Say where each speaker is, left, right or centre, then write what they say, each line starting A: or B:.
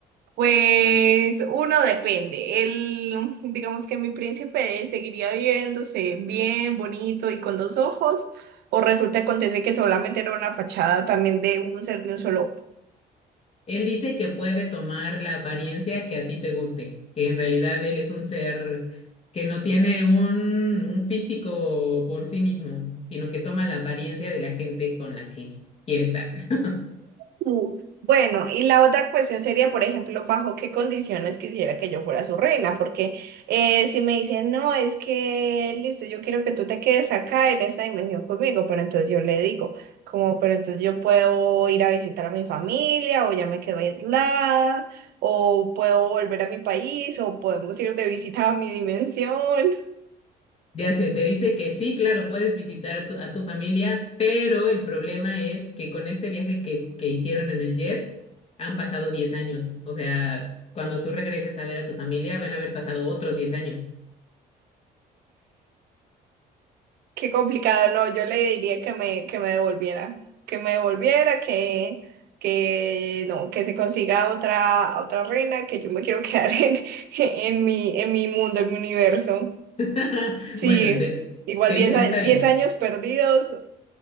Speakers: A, on the right; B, on the left.
A: Pues uno depende. El, digamos que mi príncipe seguiría viéndose bien, bonito y con dos ojos, o resulta acontece que solamente era una fachada también de un ser de un solo
B: Él dice que puede tomar la apariencia que a ti te guste, que en realidad él es un ser que no tiene un, un físico por sí mismo, sino que toma la apariencia de la gente con la que quiere estar. <laughs>
A: Uh, Bueno, y la otra cuestión sería, por ejemplo, bajo qué condiciones quisiera que yo fuera su reina, porque eh, si me dicen, no, es que, listo, yo quiero que tú te quedes acá en esta dimensión conmigo, pero entonces yo le digo, como, pero entonces yo puedo ir a visitar a mi familia, o ya me quedo aislada, o puedo volver a mi país, o podemos ir de visita a mi dimensión.
B: Ya sé, te dice que sí, claro, puedes visitar tu- a tu familia, pero el problema es que con este viaje que, es- que hicieron en el jet han pasado 10 años. O sea, cuando tú regreses a ver a tu familia, van a haber pasado otros diez años.
A: Qué complicado, no, yo le diría que me, que me devolviera, que me devolviera, que, que no, que se consiga otra, otra reina, que yo me quiero quedar en, <laughs> en mi, en mi mundo, en mi universo.
B: <laughs>
A: Sí,
B: Bueno, te,
A: igual
B: te
A: diez
B: dice,
A: a-
B: está
A: 10
B: bien.
A: años perdidos